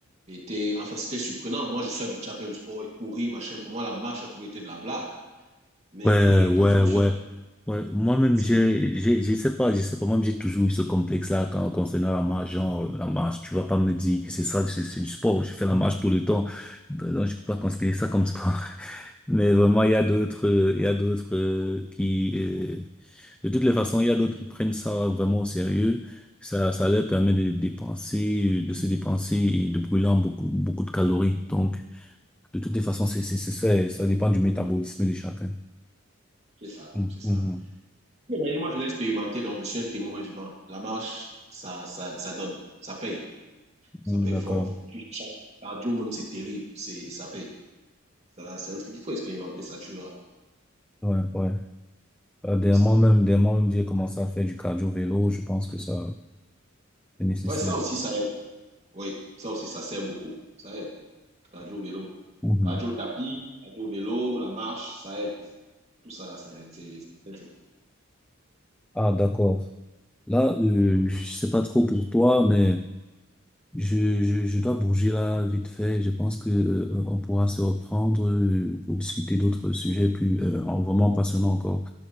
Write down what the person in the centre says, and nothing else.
Ouais,
ouais,
ouais.
Ouais, moi-même,
j'ai, j'ai, je sais pas, je sais pas, moi-même, j'ai toujours eu ce complexe-là quand, concernant la marche, genre, la marche, tu vas pas me dire que c'est ça, c'est c'est du sport, je fais la marche tout le temps, donc je peux pas considérer ça comme sport. <laughs> Mais vraiment, il y a d'autres, euh, il y a d'autres euh, qui, euh, de toutes les façons, il y a d'autres qui prennent ça vraiment au sérieux, ça, ça leur permet de dépenser, euh, de se dépenser et de brûler en beaucoup, beaucoup de calories. Donc, de toutes les façons, c'est, c'est, c'est ça, et ça dépend du métabolisme de chacun.
Mhm.
Mm,
D'accord.
Ouais, ouais. Euh, dernièrement
même, dernièrement même, j'ai commencé à faire du cardio-vélo. Je pense que ça, c'est nécessaire.
Mhm.
Ah, d'accord. Là, euh,
je sais pas trop pour toi, mais je, je, je dois bouger là vite fait. Je pense que, euh, on pourra se reprendre euh, pour discuter d'autres sujets plus, euh, vraiment passionnants encore.